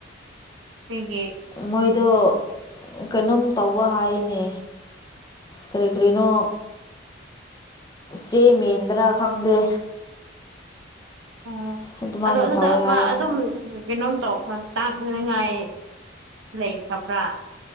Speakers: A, on the right (about 85°); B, on the left (about 20°).
A: ꯀ꯭ꯔꯤꯒꯤ
B: ꯃꯣꯏꯗꯣ ꯀꯩꯅꯣꯝ ꯇꯧꯕ ꯍꯥꯏꯅꯦ ꯀ꯭ꯔꯤ ꯀ꯭ꯔꯤꯅꯣ ꯆꯦ ꯃꯦꯟꯕ꯭ꯔꯥ ꯈꯪꯗꯦ
A: <unintelligible>
B: ꯑꯗꯨꯃꯥꯏꯅ
A: ꯑꯗꯣ ꯑꯗꯨꯗ
B: ꯇꯧꯋꯦ
A: ꯃꯥ
B: ꯍꯥꯏ
A: ꯑꯗꯨꯝ <unintelligible> ꯀꯩꯅꯣꯝ ꯇꯧꯕ ꯇꯥꯛꯅꯤꯡꯉꯥꯏ ꯂꯩꯈ꯭ꯔꯕ꯭ꯔꯥ